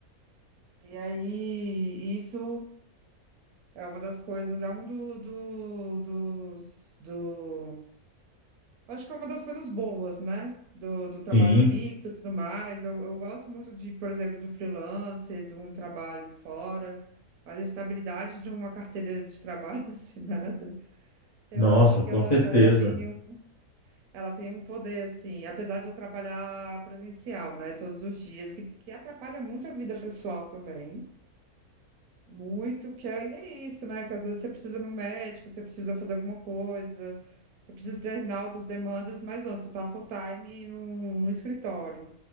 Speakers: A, on the right; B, on the left.
A: E aí, isso é uma das coisas, é um do, do, dos, do, acho que é uma das coisas boas, né? Do, do trabalho
B: Sim,
A: fixo e tudo mais. Eu, eu gosto muito de, por exemplo, do freelance, de um trabalho fora, mas a estabilidade de uma carteira de trabalho <laughs> assinada, eu
B: nossa,
A: acho que
B: com
A: ela,
B: certeza.
A: ela tem um, ela tem um poder, assim, apesar de eu trabalhar presencial, né? Todos os dias, que, que atrapalha muito a vida pessoal também. Muito, que é, e é isso, né? Que às vezes você precisa ir no médico, você precisa fazer alguma coisa, você precisa terminar outras demandas, mas não, você está full-time no, no escritório.